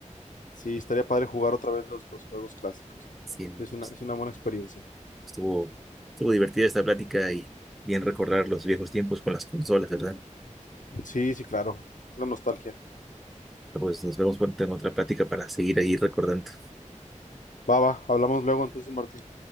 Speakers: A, on the left; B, in the centre.
A: Sí, estaría padre jugar otra vez los, los juegos clásicos.
B: sí, no,
A: Es una,
B: pues,
A: es una buena experiencia.
B: Estuvo, estuvo divertida esta plática y bien recordar los viejos tiempos con las consolas, ¿verdad?
A: Sí, sí, claro. La nostalgia.
B: Pues nos vemos pronto en otra plática para seguir ahí recordando.
A: Va, va, hablamos luego entonces, Martín.